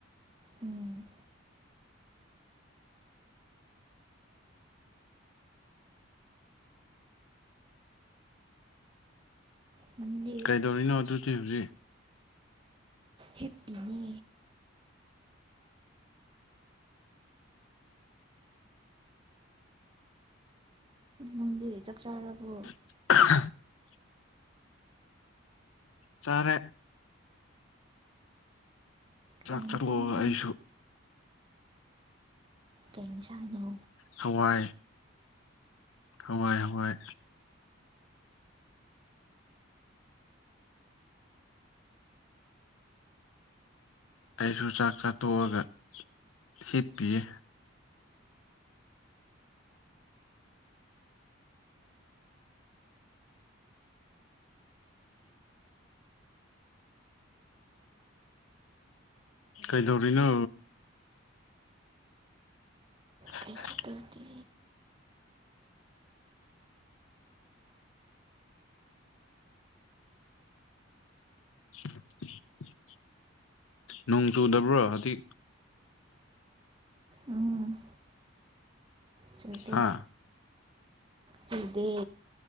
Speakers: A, on the right (about 25°); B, on the left (about 80°).
A: ꯎꯝ ꯅꯪꯗꯤ
B: ꯀꯩꯗꯧꯔꯤꯅꯣ ꯑꯗꯨꯗꯤ ꯍꯧꯖꯤꯛ
A: ꯍꯦꯞꯄꯤꯅꯤ ꯅꯨꯡꯗꯤ ꯆꯞ ꯆꯥꯔꯕꯨ
B: <inaudible> ꯆꯔꯦ ꯆꯥꯛ
A: ꯀꯩ
B: ꯆꯂꯒ
A: ꯏꯟꯁꯥꯡꯅꯣ
B: ꯑꯩꯁꯨ
A: ꯀꯩ ꯏꯟꯁꯥꯡꯅꯣ
B: ꯍꯋꯥꯏ ꯍꯋꯥꯏ ꯍꯋꯥꯏ ꯑꯩꯁꯨ ꯆꯥꯛ ꯆꯥꯊꯣꯛꯑꯒ ꯍꯤꯞꯄꯤꯌꯦ ꯀꯩꯗꯧꯔꯤꯅꯣ <inaudible>
A: ꯀꯩꯁꯨ ꯇꯧꯗꯦ
B: <inaudible> ꯅꯣꯡ ꯆꯨꯗꯕ꯭ꯔꯣ ꯍꯧꯖꯤ
A: ꯎꯝ ꯆꯨꯗꯦ
B: ꯍꯥ
A: ꯆꯨꯗꯦ